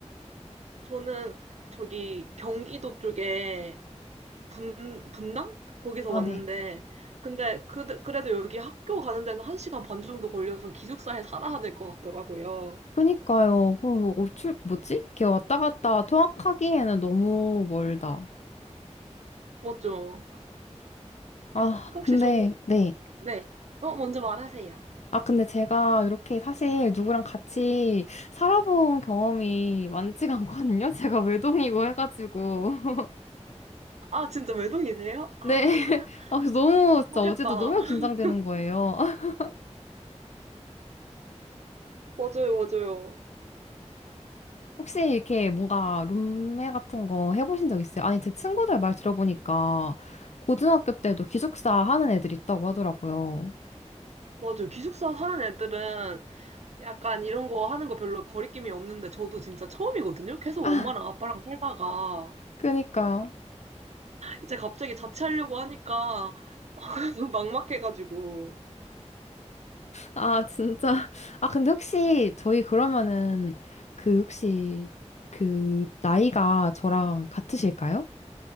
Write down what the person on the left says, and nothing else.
아,
네.
그니까요. 그, 뭐 어출, 뭐지? 이렇게 왔다 갔다 통학하기에는 너무 멀다.
아,
근데,
네.
아, 근데 제가 이렇게 사실 누구랑 같이 살아본 경험이 많지가 않거든요. <laughs> 제가 외동이고 해가지고. <laughs>
네. 아, 그래서 너무, 진짜
어제도 너무
긴장되는 거예요. <laughs>
혹시 이렇게 뭔가 룸메 같은 거 해보신 적 있어요? 아니, 제 친구들 말 들어보니까 고등학교 때도 기숙사 하는 애들 있다고 하더라고요.
<laughs>
그니까요.
아, 진짜. 아, 근데 혹시 저희 그러면은 그 혹시 그 나이가 저랑 같으실까요?